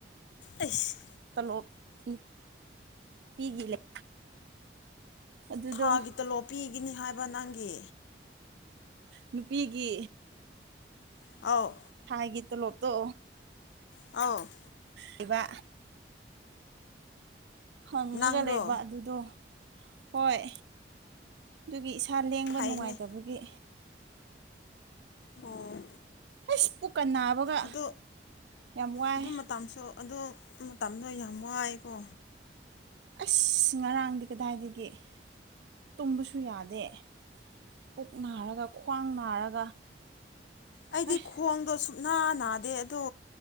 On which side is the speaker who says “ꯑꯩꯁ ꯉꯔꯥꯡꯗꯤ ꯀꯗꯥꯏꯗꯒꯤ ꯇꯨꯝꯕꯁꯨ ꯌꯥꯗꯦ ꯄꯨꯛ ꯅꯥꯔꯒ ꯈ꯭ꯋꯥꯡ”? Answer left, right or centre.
Right